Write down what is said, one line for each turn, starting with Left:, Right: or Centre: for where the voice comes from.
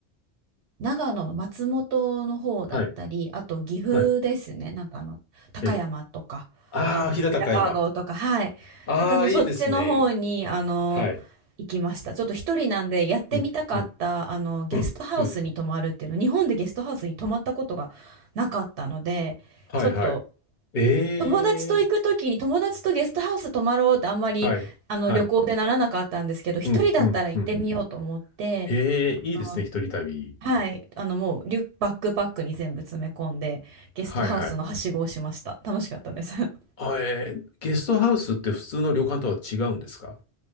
Right: 長野の松本の方だったり、
Left: はい。
Right: あと岐阜ですね、
Left: はい。
Right: なんかあの高山とか、
Left: ええ。ああ、
Right: あの白川郷とか、
Left: 飛騨高山。
Right: はい、
Left: ああ、
Right: だからそのそっちの方にあの行きました。
Left: いいですね。はい。
Right: ちょっと一人なんでやってみたかったあのゲストハウスに泊まるっていうの、
Left: うん。うん。うん。うん。
Right: 日本でゲストハウスに泊まったことがなかったので、
Left: はい。
Right: ちょっと
Left: はい。ええ。
Right: 友達と行く時に友達とゲストハウス泊まろうってあんまりあの旅行でならなかったんですけど、
Left: はい。はい。
Right: 一人だったら行ってみようと思って。
Left: うん。うん。うん。ええ、いいですね。
Right: あの
Left: 一人旅。
Right: はい、あのもうリュック、バックパックに全部詰め込んで、ゲストハウスのはしごをしました。
Left: はい。はい。
Right: 楽しかったです。<laughs>
Left: あ、えーゲストハウスって普通の旅館とは違うんですか